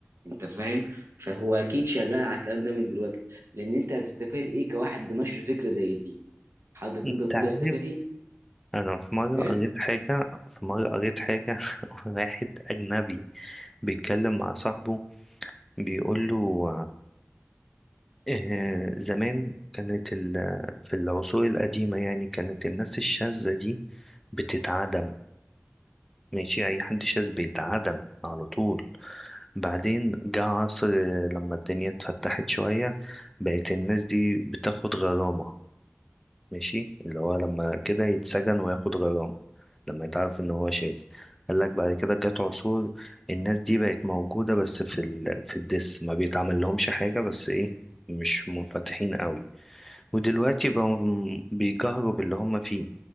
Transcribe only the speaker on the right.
انت فاهم فهو اكيد شغال على الكلام ده من دلوقتي لان انت هتستفاد ايه كواحد بنشر فكرة زي دي حضرتك
تقدر تقول
هستفاد ايه
ايه